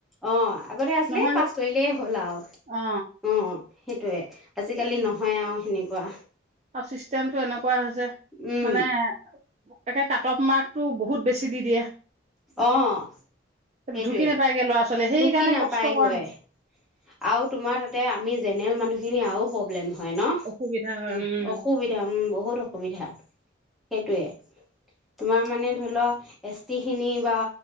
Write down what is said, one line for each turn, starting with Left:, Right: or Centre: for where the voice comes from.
Centre: অঁ আগতে আছিলে
Right: নহয়গে
Centre: পাছ কৰিলেই হ'ল আৰু
Right: অ
Centre: অঁ সেইটোয়ে আজিকালি নহয় আৰু সেনেকুৱা
Right: আৰু চিষ্টেমতটো এনেকুৱা হৈছে
Centre: উম
Right: মানে তাকে কাট অফ মাৰ্কতটো বহুত বেছি দি দিয়ে
Centre: অঁ
Right: সেইটো
Centre: সেইটোৱে
Right: ঢুকি নাপায়গে ল'ৰা ছোৱালীয়ে সেইকাৰণে
Centre: ঢুকি নাপায়গৈ
Right: কষ্ট কৰা হৈছে
Centre: আৰু তোমাৰ তাতে আমি জেনেল মানুহ সেইখিনি আৰুও প্ৰব্লেম নয় ন
Right: অসুবিধা হয় উম
Centre: অসুবিধা উম বহুত অসুবিধা সেইটোৱে তোমাৰ মানে ধৰি লোৱা টিখিনি বা